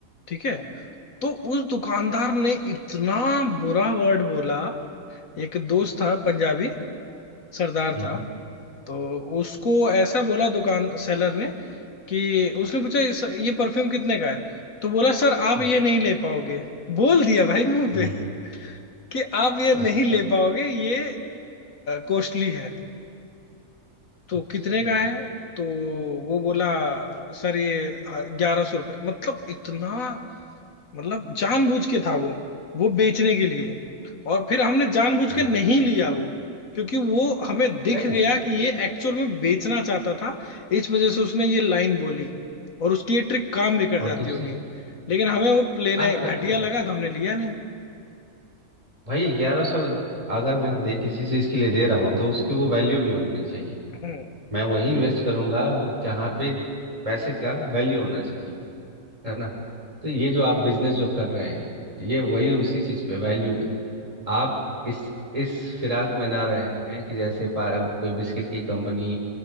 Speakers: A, on the left; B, on the right.
A: ठीक है तो उस दुकानदार ने इतना बुरा वर्ड बोला एक दोस्त था पंजाबी सरदार
B: हम्म
A: था
B: हम्म
A: तो उसको ऐसा बोला दुकान सेलर ने कि उसने पूछा "इस- ये परफ्यूम कितने का है तो बोला सर आप
B: हम्म,
A: ये नहीं ले पाओगे बोल दिया भाई मुंह
B: हम्म,
A: पे <laughs> कि आप ये नहीं
B: अच्छा
A: ले पाओगे ये कॉस्टली है तो
B: अच्छा
A: कितने का है तो वो बोला सर ये ग्यारह सौ रुपये मतलब इतना मतलब जानबूझ के था वो वो बेचने के लिए और फिर हमने जानबूझ
B: हाँ
A: के
B: हाँ,
A: नहीं लिया वो क्योंकि वो हमें दिख
B: सही
A: गया कि ये एक्चुअल में बेचना चाहता था इस वजह से उसने ये लाइन बोली और उसकी ये ट्रिक काम भी कर
B: और
A: जाती
B: दूसरी
A: होगी लेकिन हमें वो लेना
B: आप करती
A: घटिया
B: होगी
A: लगा तो हमने लिया नहीं
B: भाई ग्यारह सौ अगर मैं दे, किसी चीज के लिए दे रहा हूँ तो उसकी वो वैल्यू भी होनी चाहिए
A: हम्म
B: मैं वहीं इन्वेस्ट करूंगा वो जहाँ पे पैसे का वैल्यू होना चाहिए है ना तो ये जो आप बिजनेस जो कर रहे हैं ये वही उसी चीज पे वैल्यू पे आप इस इस फिराक में ना रहे हैं कि जैसे पा- कोई बिस्किट की कंपनी